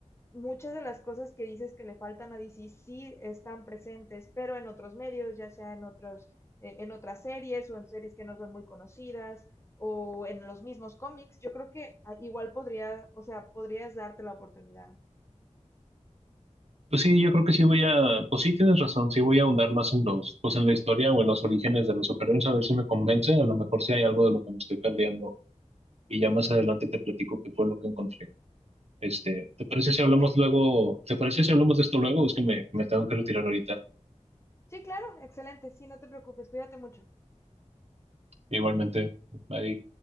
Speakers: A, on the left; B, on the right.
A: muchas de las cosas que dices que le faltan a DC sí están presentes, pero en otros medios, ya sea en otros, eh, en otras series o en series que no son muy conocidas o en los mismos cómics, yo creo que ah, igual podría, o sea, podrías darte la oportunidad.
B: Pues sí, yo creo que sí voy a, pues sí tienes razón, sí voy a ahondar más en los, pues en la historia o en los orígenes de los superhéroes, a ver si me convence, a lo mejor si hay algo de lo que me estoy perdiendo y ya más adelante te platico qué fue lo que encontré. Este, ¿te parece si
A: Ok,
B: hablamos luego, te parece si hablamos de esto luego? Es que me, me tengo que retirar ahorita.
A: sí, claro, excelente, sí, no te preocupes, cuídate mucho.
B: Igualmente, ahí